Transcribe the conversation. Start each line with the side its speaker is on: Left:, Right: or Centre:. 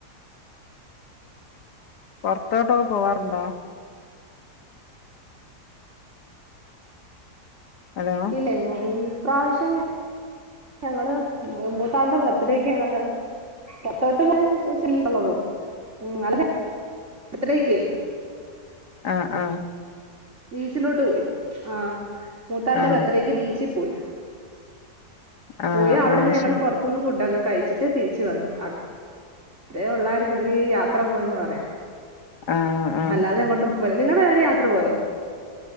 Left: പുറത്തോട്ടൊക്കെ പോവാറുണ്ടോ ഹലോ
Right: ഇല്ലെ ങ്ങോ മ് ഈ പ്രാവശ്യം ഞങ്ങള് മൂത്താളുടെ ബർത്ത്ഡേക്ക് ഞങ്ങള് പൊറത്തോട്ട് പോയി <unintelligible> ആളെ ബർത്ത്ഡേക്ക്
Left: ആ ആ
Right: ബീച്ചിലോട്ട് പോയി ആ മൂത്താളുടെ
Left: ആ
Right: ബർത്ഡേക്ക് ബീച്ചിൽ പോയി.
Left: ആ
Right: പോയി അവിടുന്ന്
Left: ആ
Right: ഞങ്ങള്
Left: ശരി
Right: പുറത്തുന്ന് ഫുഡൊക്കെ കഴിച്ചിട്ട് തിരിച്ചു വന്നു. അതേ ഉള്ളായിരുന്നു ഒരു യാത്ര പോയന്ന് പറയാൻ.
Left: ആ ആ
Right: അല്ലാതെ എങ്ങോട്ടും പോയില്ല നിങ് <unintelligible> ത്ര പോയോ